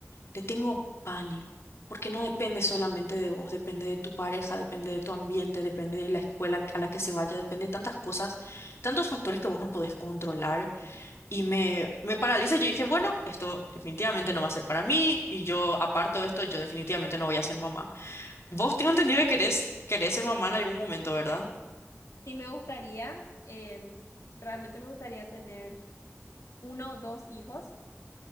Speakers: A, on the left; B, on the left.
A: Le tengo pánico, porque no depende
B: Mm.
A: solamente de vos, depende de tu pareja, depende de tu ambiente, depende de la escuela a la que se vaya, depende de tantas cosas, tantos factores que vos no podés controlar. Y me, me paraliza. Yo dije, bueno, esto definitivamente no va a ser para mí, y yo aparto de esto, yo definitivamente no voy a ser mamá. Vos tengo entendido que querés, querés ser mamá en algún momento, ¿verdad?
B: Sí me gustaría, em, realmente me gustaría tener uno o dos hijos.